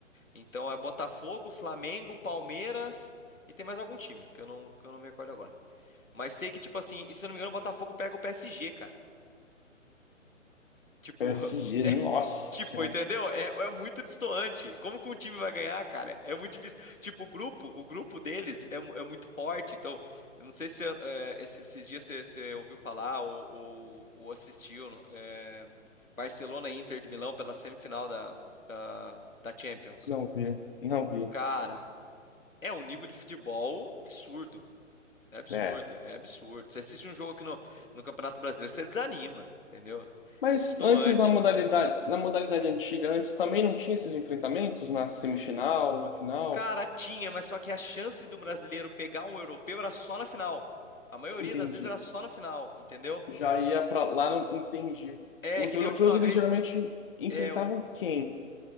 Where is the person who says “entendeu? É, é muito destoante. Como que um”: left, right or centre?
Left